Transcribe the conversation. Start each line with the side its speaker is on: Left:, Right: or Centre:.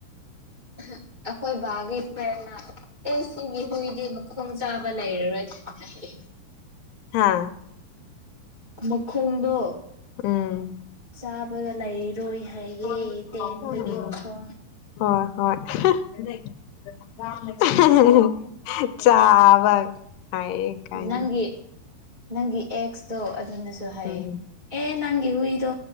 Right: ꯑꯍ ꯑꯩꯈꯣꯏ ꯕꯥꯒꯤ ꯐ꯭ꯔꯦꯟꯅ ꯑꯦ ꯁꯤꯒꯤ ꯍꯨꯏꯗꯤ ꯃꯈꯣꯡ ꯆꯥ ꯕ ꯂꯩꯔꯔꯣꯏ ꯑꯗꯨꯗꯨꯅ
Left: ꯍꯥꯥ
Right: ꯃꯈꯣꯡꯗꯣ
Left: ꯎꯝ
Right: ꯆꯥꯕꯒ ꯂꯩ ꯔꯣꯏ ꯍꯥꯏꯌꯦ
Left: ꯎꯝ
Right: ꯇꯦꯟꯕꯒꯤ ꯃꯈꯣꯡ
Left: ꯍꯣꯏ ꯍꯣꯏ ꯑꯍꯤ ꯑ ꯍꯤ ꯍꯤ ꯍꯤ ꯍꯍ ꯆꯥꯕꯛ ꯍꯥꯏꯌꯦ
Right: ꯅꯪꯒꯤ
Left: ꯀꯥꯏꯅ
Right: ꯅꯪꯒꯤ ꯑꯦꯛꯁꯇꯣ ꯑꯗꯨꯅꯁꯨ ꯍꯥꯏꯌꯦ
Left: ꯎꯝ
Right: ꯑꯦ ꯅꯪꯒꯤ ꯍꯨꯏꯗꯣ